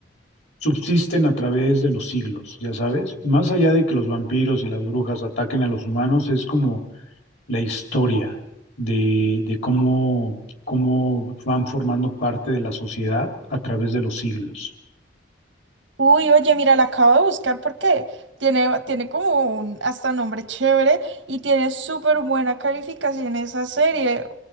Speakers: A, on the left; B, on the right.
A: subsisten a través de los siglos, ya sabes. Más allá de que los vampiros y las brujas ataquen a los humanos, es como la historia de, de cómo, cómo van formando parte de la sociedad a través de los siglos.
B: Uy, oye, mira, la acabo de buscar porque tiene, tiene como un hasta nombre chévere y tiene súper buena calificación esa serie.